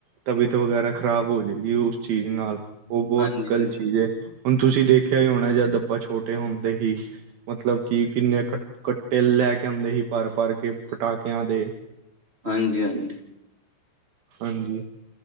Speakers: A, on the right; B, on the right.
A: ਤਬੀਅਤ ਖ਼ਰਾਬ ਹੋਜੇਗੀ ਉਸ ਚੀਜ਼ ਨਾਲ। ਉਹ ਬੋਤ
B: ਹਾਂਜੀ
A: ਗ਼ਲਤ ਚੀਜ਼ ਏ ਹੁਣ ਤੁਸੀਂ ਦੇਖਿਆ ਹੀ ਹੋਣੈ ਜਦ ਆਪਾਂ ਛੋਟੇ ਹੁੰਦੇ ਸੀ ਮਤਲਬ ਕਿ ਕਿੰਨੇ ਕ ਕੱਟੇ ਲੈ ਕੇ ਆਂਦੇ ਸੀ ਭਰ ਭਰ ਕੇ ਪਟਾਕਿਆਂ ਦੇ।
B: ਹਾਂਜੀ- ਹਾਂਜੀ।
A: ਹਾਂਜੀ।